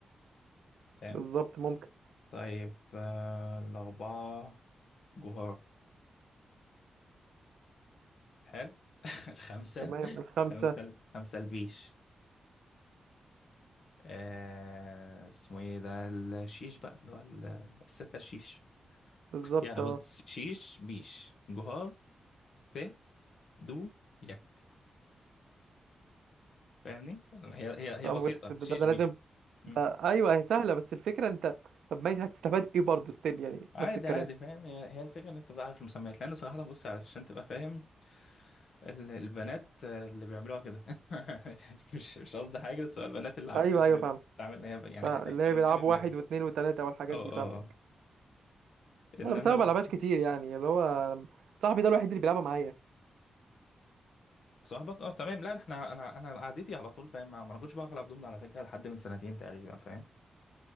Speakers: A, on the left; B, on the right.
A: فاهم
B: بالظبط ممكن
A: طيب آه... الأربعة جهار حلو <laughs> الخمسة
B: تمام الخمسة
A: خمسة خمسة البيش آه اسمه ايه ده الشيش بقى اللي هو ال- الستة الشيش
B: بالظبط
A: يعني
B: اه
A: بص شيش بيش جهار ت دو يك فاهمني يعني هي هي هي
B: اه
A: بسيطة
B: بس ده,
A: شيش
B: ده, ده
A: بي
B: لازم
A: مم.
B: ده ايوه هي سهلة بس الفكرة انت طب ماشي هتستفاد ايه برضه ستيل يعني
A: عادي
B: نفس الكلام
A: عادي فاهم هي هي الفكرة انك تبقى عارف المسميات لان صراحة بص عشان تبقى فاهم ال- البنات اللي بيعملوها كده <laughs> مش مش قصدي حاجة بس هو البنات اللي عارفة
B: ايوه
A: اللي
B: ايوه فاهم
A: بتعمل هي يعني
B: فاهم
A: احنا
B: اللي
A: كرجالة
B: هي بيلعبوا
A: بنعمل
B: واحد
A: كده
B: واثنين وثلاثة والحاجات
A: اه
B: دي فاهم
A: اه آه. انما
B: انا بس انا
A: ال...
B: ما بلعبهاش كتير يعني اللي هو صاحبي ده الوحيد اللي بيلعبها معايا
A: صاحبك اه تمام لا احنا انا انا قعدتي على طول فاهم ما ما انا كنتش بعرف العب دومنه على فكره لحد من سنتين تقريبا فاهم